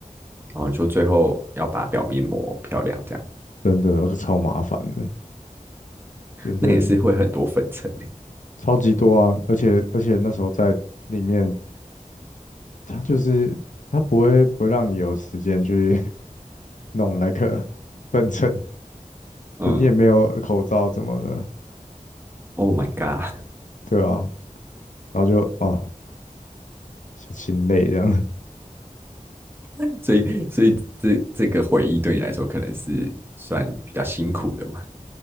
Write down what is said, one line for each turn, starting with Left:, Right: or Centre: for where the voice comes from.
Right: 然后你说最后要把表面磨漂亮，这样
Left: 真的那个超麻烦的，就是
Right: 那也是会很多粉尘的。
Left: 超级多啊，而且而且那时候在里面，它就是它不会不会让你有时间去。弄那个 <laughs> 分尘，
Right: 嗯
Left: 就你也没有口罩怎么的，
Right: ，Oh my god！
Left: 对啊，然后就啊，就心累这样，
Right: <laughs> 所以所以这这个回忆对你来说可能是算比较辛苦的嘛？